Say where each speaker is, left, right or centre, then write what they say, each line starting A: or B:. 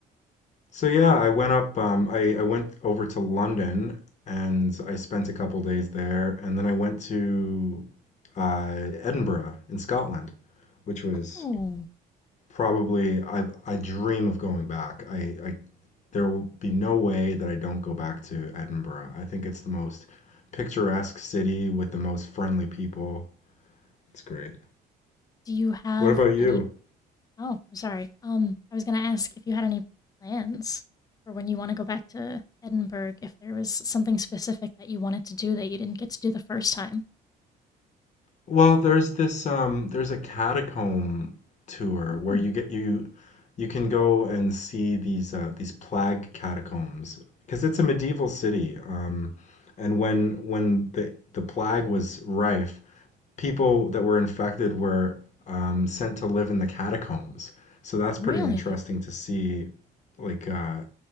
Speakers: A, on the left; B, on the left.
A: So yeah, I went up um I I went over to London and I spent a couple days there and then I went to uh Edinburgh in Scotland, which was
B: Oh,
A: probably I I dream of going back. I I there will be no way that I don't go back to Edinburgh. I think it's the most picturesque city with the most friendly people. It's great.
B: do you have
A: What about you?
B: any? Oh, I'm sorry. Um, I was gonna ask if you had any plans for when you want to go back to Edinburgh, if there was something specific that you wanted to do that you didn't get to do the first time.
A: Well, there's this um there's a catacomb tour
B: Ooh.
A: where you get you you can go and see these uh these plague catacombs because it's a medieval city. Um and when when the the plague was rife, people that were infected were um, sent to live in the catacombs. So that's
B: Really?
A: pretty interesting to see. Like, uh,